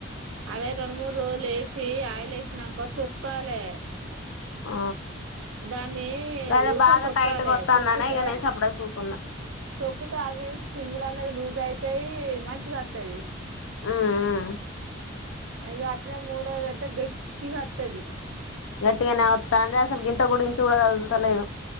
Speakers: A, on the right; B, on the left.
A: అదే రెండు మూడు రోజులు వేసి అయిలు వేసినాక తొక్కాలి
B: ఆ
A: దాన్ని
B: గదే
A: ఊక
B: బాగా
A: తొక్కాలి
B: టైట్ గా వత్తాందనే
A: తొక్కుతే
B: ఇక నేను సప్పుడేక ఊకున్నా
A: తొక్కుతే అవి స్ప్రింగులు అనేది లూజ్ అయితాయి మంచిగా వస్తాది
B: ఊ ఊ‍
A: ఇంకా అట్టనే మూల పెడితే గట్టిగా వస్తది
B: గట్టిగానే వస్తా అందే అసలు గ ఇంత కూడా ఇంచు కూడా కదులుతలేదు